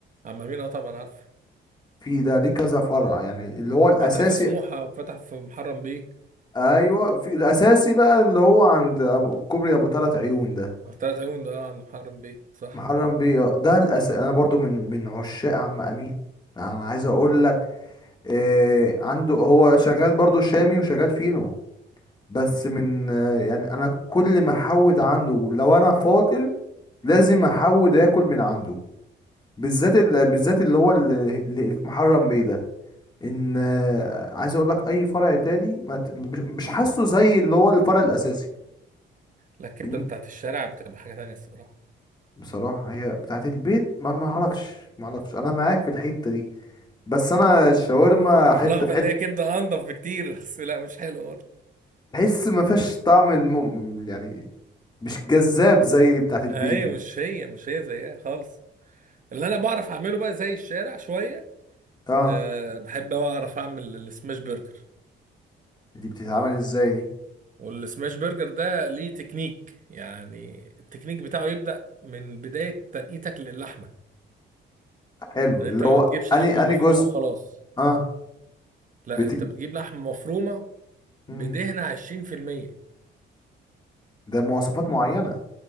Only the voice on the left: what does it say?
في ده ليه كذا فرع يعني اللي هو الأساسي
أيوه في الأساسي بقى اللي هو عند أبو- كوبري أبو تلات عيون ده
محرم بيه آه، ده الأساسي أنا برضو من من عشاق عم أمين أنا عايز أقول لك إيه عنده هو شغال برضو شامي وشغال فينو بس من آه، يعني انا كل ما احود عنده لو انا فاطر لازم احود اكل من عنده بالذات ال... بالذات اللي هو اللي اللي في محرم بيه ده ان آه، عايز اقول لك اي فرع تاني ما ت... مش مش حاسه زي اللي هو الفرع الاساسي
إن-
بصراحة هي بتاعت البيت ما ما اعرفش ما اعرفش انا معاك في الحتة دي بس انا الشاورما
حتة
في حتة
تحس ما فيهاش طعم الم... يعني مش جذاب زي بتاعت البيت
دي
اه
دي بتتعمل ازاي دي
حلو
اللي
هو
اني
اني
جزء
اه
بت
مم.
ده مواصفات معينة